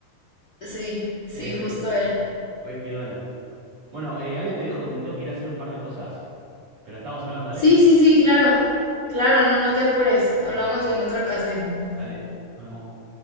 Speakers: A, on the left; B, on the right.
A: Sí, sí,
B: Eh,
A: justo él.
B: re piola. Bueno, eh, Ale, te dejo que me tengo que ir a hacer un par de cosas, pero estamos hablando, Ale.
A: Sí, sí, sí, claro. Claro, no, no te apures. Hablamos en otra ocasión.
B: Dale, nos vemos.